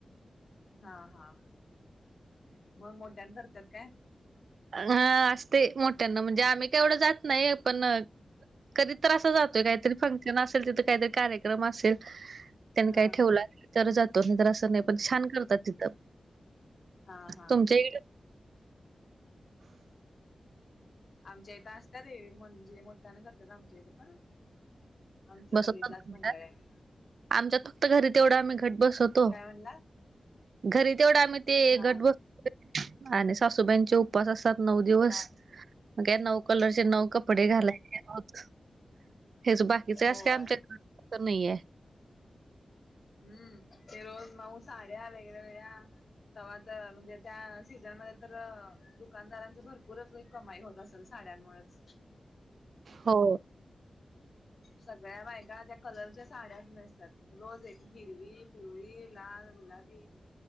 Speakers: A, on the left (about 60°); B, on the right (about 75°).
A: हा.. हां.. मग मोठ्यानी करत्यात काय.
B: हा असते मोठ्यांना म्हणजे, आम्ही काय येवढं जात नाही पण. कधी तर असं जातोय काहीतरी फंक्शन असेल तिथं काहीतरी कार्यक्रम असेल. त्यांनी
A: हा.
B: काय ठेवलं तर जातो न तर असं नाही पण छान करतात तिथं.
A: हा हा..
B: तुमच्या इकडे
A: आमच्या इथं असतात ये म्हणजे मोठ्याना करतात आमच्या इथं पण आमच्या
B: बसवत
A: गल्लीतलाच
B: आमच्यात,
A: मंडळ आहे
B: आमच्यात फक्त घरी तेवढं आम्ही घट बसवतो.
A: काय म्हणला?
B: घरी तेवढं आम्ही ते
A: हा
B: घट ब आणि सासूबाईंचे उपवास असतात नऊ दिवस,
A: हा
B: मग काय नऊ कलरचे नऊ. कपडे
A: हम्म
B: घालायचे आहोत, हेच बाकीचं
A: होय
B: असं काय आमच्या घर नाहीये.
A: हम्म. ते रोज नऊ साड्या वेगवेळ्या. तेंव्हा तर म्हणजे, त्या सीझनमध्ये तर. दुकानदारांच भरपूरच कमाई होतं असेल साड्यांमुळेच.
B: हो.
A: सगळ्या बायका त्या कलरच्या साड्याच नसतात रोज एक हिरवी पिवळी, लाल, गुलाबी.